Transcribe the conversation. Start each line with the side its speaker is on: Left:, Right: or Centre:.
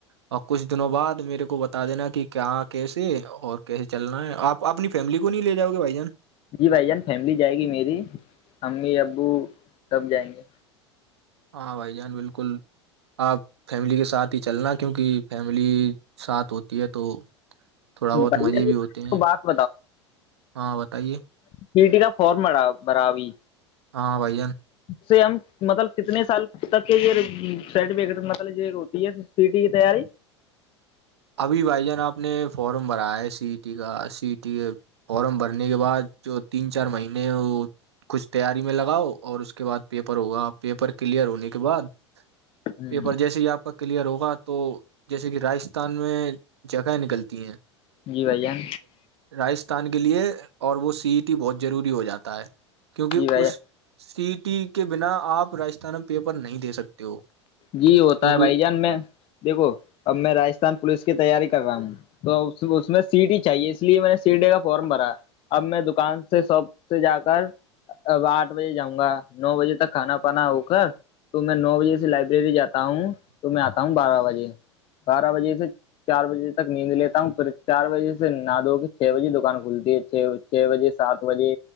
Right: اور کچھ دنوں بعد میرے کو بتا دینا کہ کیا کیسے اور کیسے چلنا ہے آپ اپنی فیملی کو نہیں لے جاؤ گے بھائی جان
Left: جی بھائی جان فیملی جائے گی میری امی ابو سب جائیں گے
Right: ہاں بھائی جان بالکل آپ فیملی کے ساتھ ہی چلنا کیونکہ فیملی ساتھ ہوتی ہے تو تھوڑا بہت
Left: بھائی
Right: مزے
Left: جان
Right: بھی ہوتے ہیں
Left: کو بات
Right: ہاں بتائیے
Left: تھری ٹی کا فارم ما برا بھی
Right: ہاں بھائی جان
Left: سے ہم مطلب کتنے سال تک کے یہ سرٹیفکٹ مطلب یہ ہوتی ہے سیٹی کی تیاری
Right: ابھی بھائی جان آپ نے فارم بھرا ہے سی ای ٹی کا سی ای ٹی کے فارم بھرنے کے بعد جو تین چار مہینے ہیں وہ کچھ تیاری میں لگاؤ اور اس کے بعد پیپر ہوگا پیپر کلیئر ہونے کے بعد
Left: ہ
Right: پیپر جیسے ہی آپ کا کلیئر ہوگا تو جیسے کہ راجستھان میں جگہیں نکلتی ہیں
Left: جی بھ جان
Right: راجستھان کے لیے اور وہ سی ای ٹی بہت ضروری ہو جاتا ہے کیونکہ
Left: جی بھائی
Right: اس
Left: جان
Right: سی ٹی کے بنا آپ راجستھان میں پیپر نہیں دے سکتے ہو
Left: جی ہوتا
Right: کیونکہ
Left: ہے بھائی جان میں دیکھو اب میں راستھان پولیس کی تیاری کر رہا ہوں تو اس میں سیٹی ہی چاہیے اس لیے میں نے سی ڈے کا فارم بھرا اب میں دکان سے شاپ سے جا کر اب آٹھ بجے جاؤں گا نو بجے تک کھانا پانا ہو کر تو میں نو بجے سے لائبریری جاتا ہوں تو میں آتا ہوں بارہ بجے بارہ بجے سے چار بجے تک نیند لیتا ہوں پھر چار بجے سے نہ دو کے چھ بجے دکان کھلتی ہے چھ چھ بجے سات بجے